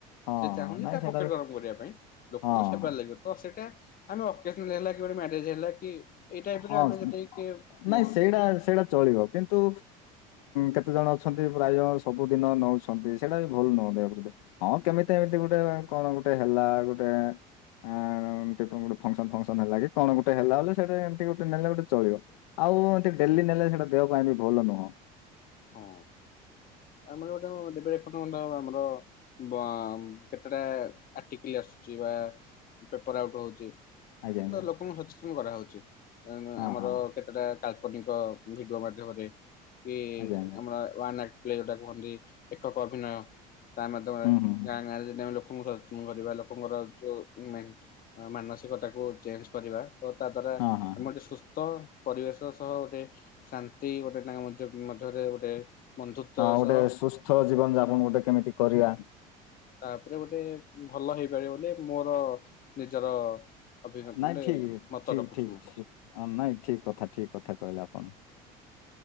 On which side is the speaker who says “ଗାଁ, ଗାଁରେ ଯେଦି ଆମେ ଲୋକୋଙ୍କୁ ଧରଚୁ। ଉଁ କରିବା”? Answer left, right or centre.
Left